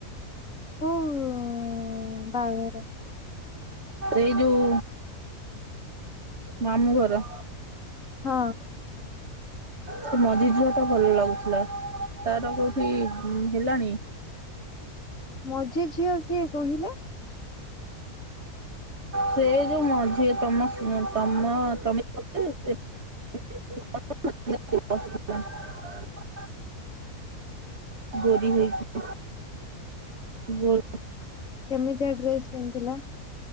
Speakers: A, on the left; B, on the right.
A: କୋଉ ବାହାଘର।
B: ଏଇ ଯୋଉ ମାମଁ ଘର।
A: ହଁ।
B: ସେ ମଝେ ଝିଅ ଟା ଭଲ ଲାଗୁଥିଲା। ତାର କୋଉଠି ହେଲାଣି।
A: ମଝେ ଝିଅ କିଏ କହିଲେ।
B: ସେ ଯୋଉ ମଝି ତମ ତମ ତମ <unintelligible> ଗୋରୀ ହେଇକି ଗୋ
A: କେମିତିଆ ଡ୍ରେସ ପିନ୍ଧିଥିଲା।